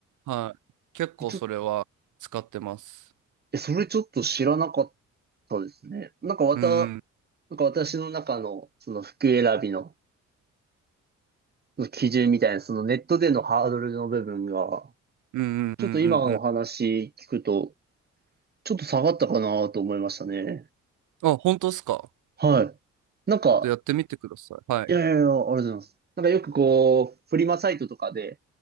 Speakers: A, on the right; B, on the right.
A: い、はい。結構それは使ってます。
B: ちょっえ、それちょっと知らなかったですね。なんかわた、
A: うん、
B: なんか私の中のその服選びの基準みたいな、そのネットでのハードルの部分が、
A: うん、うん、
B: ちょっと今のお話聞くと、
A: うん、うん。うんうん
B: ちょっと下がったかなと思いましたね。
A: あ、本当ですかちょ
B: はい。なんか、
A: っとやってみてください。はい、
B: いやいやいや、ありがとうございます。なんかよくこう、フリマサイトとかで、